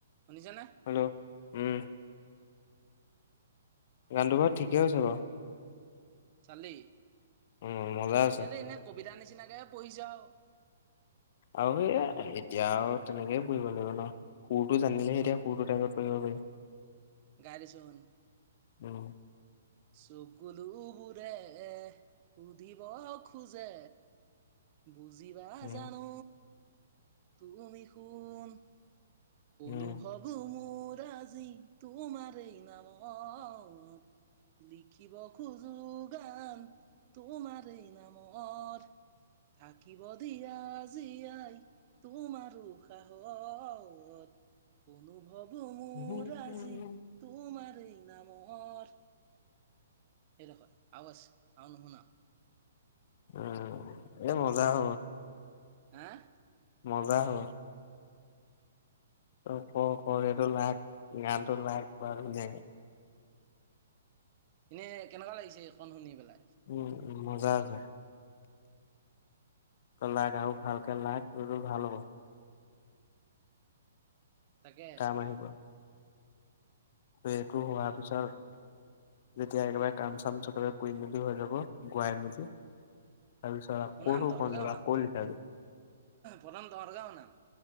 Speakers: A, on the right; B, on the left.
A: শুনিছানে
B: হেল্ল' উম গানটো বু ঠিকেই আ হৈছে বাৰু
A: চালি
B: উম মজা আছে
A: সিহঁতে এনে কবিতা নিচিনাকে পঢ়ি যাওঁ
B: আৰু সেই এতিয়া আৰু তেনেকেই পুহিব লাগিব ন সুৰটো জানিলে
A: মই
B: এতিয়া সুৰটোৰ আগত হৈ গলে
A: গাই দেচোন
B: উম
A: চকুলো বোৰে সুধিব খোজে বুজিবা
B: উম
A: জানো তুমি সোন অনুভৱ
B: উম
A: মোৰ আজি তোমাৰে নাম লিখিব খোজো গান তোমাৰেই নামৰ থাকিব দিয়া জীয়াই তোমাৰ উশাহত অনুভৱো মোৰ
B: উম
A: আজি তোমাৰেই নামত সেইদখই আও আছে আও নোহোনাও
B: উম এ মজা হ
A: হা
B: মজা হ'ব তই ক ক এইটো লাইক গানটো লাইক কৰা ধুনীয়াকে
A: এনে কেনেকুৱা লাগিছে এইকণ শুনি পেলাই
B: উম উ মজা জা আছে তই লাগ আও ভালকে লাগ এইবোৰ ভাল হ'ব
A: তাকে
B: কাম আহিব ত এইটো হোৱাৰ পিছত যেতিয়া একেবাৰে কাম চাম চবেবে কৰি মেলি হৈ যাব গোৱাই মেলি তাৰপিছত আকৌ
A: শুনাম তহঁতকে
B: কণ যাবা
A: শুনাম
B: আকৌ
A: প্ৰথম,
B: লিখাবি
A: প্ৰথম তহঁতকে শুনাম